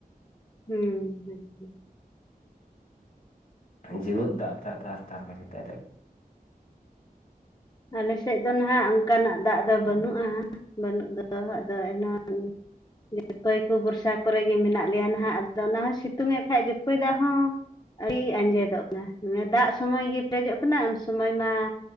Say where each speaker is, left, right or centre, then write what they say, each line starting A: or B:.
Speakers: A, on the left; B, on the left.
A: ᱦᱩᱸ ᱦᱩᱸ ᱦᱩᱸ ᱾
B: ᱫᱟᱹᱨ ᱫᱟᱜ ᱛᱟᱨ-ᱛᱟᱨ ᱵᱟᱱᱟᱭ ᱟ
A: ᱟᱞᱮ ᱥᱮᱫ ᱫᱚ ᱱᱟᱦᱟᱜ ᱚᱱᱠᱟᱱᱟᱜ ᱫᱟᱜ ᱫᱚ ᱵᱟᱹᱱᱩᱜᱼᱟ-ᱵᱟᱹᱱᱩᱜ ᱫᱚ ᱟᱫᱚ ᱮᱱᱟ ᱦᱚᱸ ᱡᱚᱠᱷᱟᱹᱭ ᱠᱚ ᱵᱚᱨᱥᱟ ᱠᱚᱨᱮ ᱜᱮ ᱢᱮᱱᱟᱜ ᱞᱮᱭᱟ ᱱᱟᱦᱟᱜ ᱟᱫᱚ ᱚᱱᱟ ᱦᱚᱸ ᱥᱤᱛᱩᱝᱫ ᱠᱷᱟᱱ ᱡᱚᱠᱷᱟᱹᱭ ᱫᱟᱜ ᱦᱚᱸ ᱟᱹᱰᱤ ᱟᱸᱡᱮᱫᱚᱜ ᱠᱟᱱᱟ ᱢᱟᱱᱮ ᱫᱟᱜ ᱥᱚᱢᱚᱭ ᱜᱮᱸ ᱯᱮᱨᱮᱡᱚᱜ ᱠᱟᱱᱟ, ᱩᱱ ᱥᱚᱢᱚᱭ ᱢᱟ